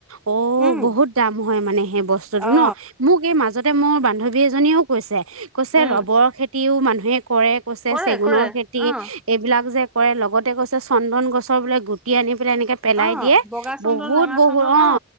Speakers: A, on the right; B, in the centre.
A: অহ,
B: উম
A: বহুত দাম হয় মানে সেই বস্তুতটো
B: অ
A: ন, মোক এই মাজতে মোৰ বান্ধৱী এজনীয়েও কৈছে কৈছে
B: উম
A: ৰবৰৰ খেতিও মানুহে কৰে কৈছে
B: কৰে
A: চেগুনৰ
B: কৰে
A: খেতি
B: অ
A: এইবিলাক যে কৰে লগতে কৈছে চন্দন গছৰ বোলে গুটি আনি পেলাই এনেক পেলাই
B: অ
A: দিয়ে।
B: বগা চন্দন
A: বহুত
B: ৰঙা
A: বহুত
B: চন্দন
A: অহ,
B: অ